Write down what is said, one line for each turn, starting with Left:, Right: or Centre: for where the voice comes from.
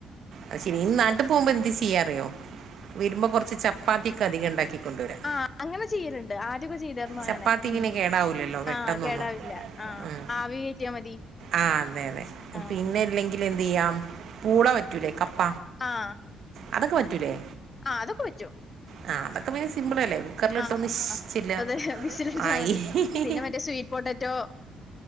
Right: അത് ശെരി ഇ ത്തും പോവുമ്പോ എന്ത് ഈസി പി ഏ അറിയോ? വരുമ്പോ കുറച്ച് ചപ്പ് ചപ്പാത്തിക്ക് അധികം ഉണ്ടാക്കി കൊണ്ടുവരാം
Left: ആഹ അങ്ങനെ ചെയ്യലുണ്ട്. ആ ആദ്യക്കെ ചെയ്തിരുന്നു അങ്ങനെ
Right: ചപ്പാത്തി
Left: ഉം
Right: പിന്നെ കേടാവില്ലല്ലോ പെട്ടെന്നൊന്നും
Left: ആ കേടാവില്ല ആ
Right: ഉം.
Left: ആവി കയറ്റിയാ മതി
Right: ആ അതെ അതെ
Left: ആ
Right: പിന്നെ ഇല്ലെങ്കിൽ എന്ത് ചെയ്യാം. പൂള പറ്റൂലെ കപ്പ
Left: ങാ
Right: അതൊക്കെ പറ്റൂലേ
Left: ആ അതൊക്കെ പറ്റും.
Right: ആ അതൊെക്കെ പിന്നെ സിമ്പിൾ അല്ലേ. കുക്കറിലിട്ട്
Left: ആഹ്
Right: ഒന്ന്
Left: ആഹ്
Right: ശ് ചെല്ലുക.
Left: അതെ വിസിലടിച്ചാ
Right: ആയി.
Left: മതി
Right: ഹി ഹി
Left: പിന്നെ മറ്റേ സ്വീറ്റ് പൊട്ടറ്റോ